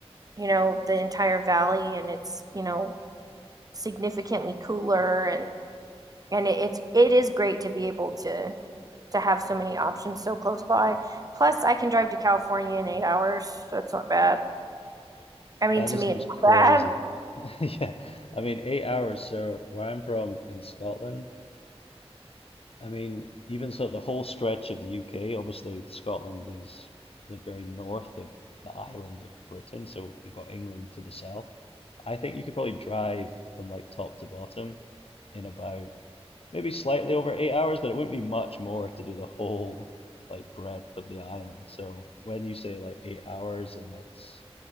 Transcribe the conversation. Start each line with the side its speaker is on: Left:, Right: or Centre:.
Right: you know, the entire valley and it's, you know, significantly cooler and and it, it's it is great to be able to to have so many options so close by. Plus, I can drive to California in eight hours, so it's not bad. I mean,
Left: That
Right: to
Left: just
Right: me,
Left: seems
Right: it's
Left: crazy
Right: not bad.
Left: to me. <laughs> Yeah. I mean, eight hours. So where I'm from in Scotland, I mean, even so, the whole stretch of the UK, obviously Scotland is the very north of the island of Britain. So you've got England to the south. I think you could probably drive from like top to bottom in about maybe slightly over eight hours, but it wouldn't be much more to do the whole like breadth of the island. So when you say like eight hours and that's